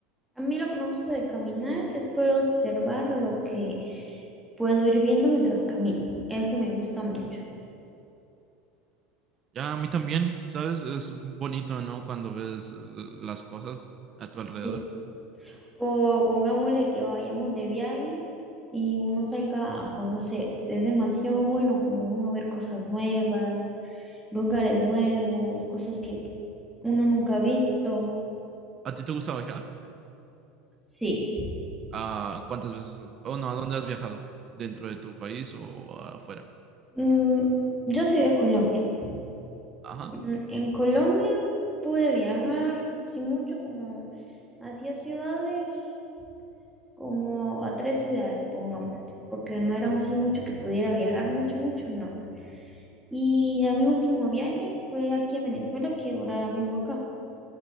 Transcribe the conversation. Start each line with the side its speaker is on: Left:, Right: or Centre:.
Centre: A mí lo que me gusta de caminar es poder observar lo que puedo ir viendo mientras camino. Eso me gusta mucho.
Right: Ya, a mí también, ¿sabes? Es bonito, ¿no? Cuando ves eh, las cosas a tu alrededor.
Centre: Sí. O pongámosle que vayamos de viaje y uno salga a conocer. Es demasiado bueno como uno ver cosas nuevas, lugares nuevos, cosas que uno nunca ha visto.
Right: ¿A ti te gusta viajar?
Centre: Sí.
Right: ¿A cuántas veces? has- O no, ¿a dónde has viajado? ¿Dentro de tu país o afuera?
Centre: Mm, yo soy de Colombia.
Right: ajá
Centre: Mm, En Colombia pude viajar, sin mucho, como hacia ciudades, como a tres ciudades, pongámosle, porque no era así mucho que pudiera viajar, mucho, mucho, no. Y ya mi último viaje fue aquí a Venezuela, que ahora vivo acá.